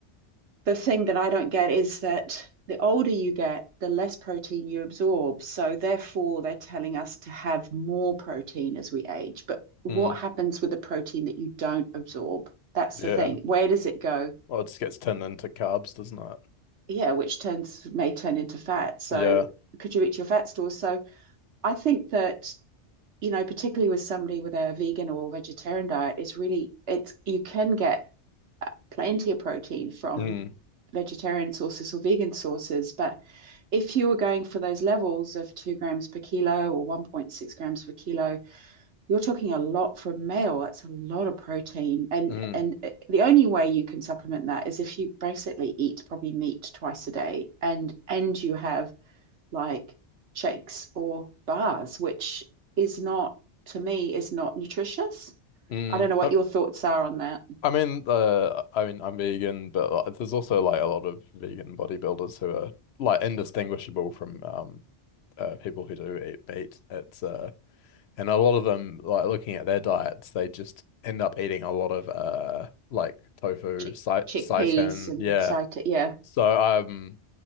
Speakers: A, on the right; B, on the left.
A: the thing that I don't get is that the older you get, the less protein you absorb. So therefore, they're telling us to have more protein as we age. But what
B: mm,
A: happens with the protein that you don't absorb? That's
B: yeah.
A: the thing. Where does it go?
B: Well, it just gets turned into carbs, doesn't it?
A: Yeah, which turns may turn into fat. So
B: Yeah.
A: could you reach your fat stores? So I think that you know, particularly with somebody with a vegan or vegetarian diet, it's really it's you can get plenty of protein from
B: Mm,
A: vegetarian sources or vegan sources. But if you were going for those levels of two grams per kilo or 1.6 grams per kilo, you're talking a lot for a male. That's a lot of protein. And
B: mm,
A: and the only way you can supplement that is if you basically eat probably meat twice a day and and you have like shakes or bars, which is not, to me, is not nutritious.
B: mm.
A: I don't know what
B: I,
A: your thoughts are on that.
B: I mean, uh, I mean, I'm vegan, but like, there's also like a lot of vegan bodybuilders who are like indistinguishable from um uh, people who do eat meat. It's uh, and a lot of them like looking at their diets, they just end up eating a lot of uh like tofu,
A: Chick
B: sai
A: chickpeas
B: seitan,
A: and
B: yeah.
A: sita, yeah,
B: So um.